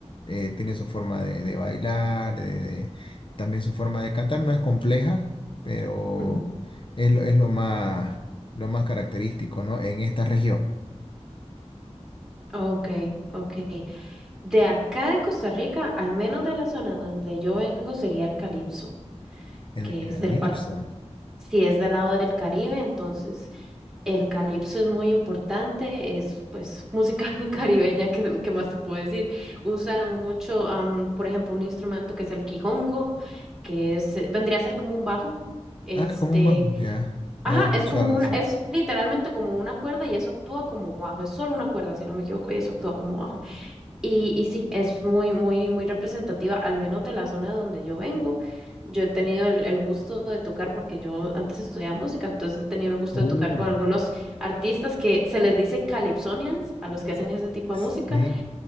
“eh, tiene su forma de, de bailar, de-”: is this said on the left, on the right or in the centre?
Left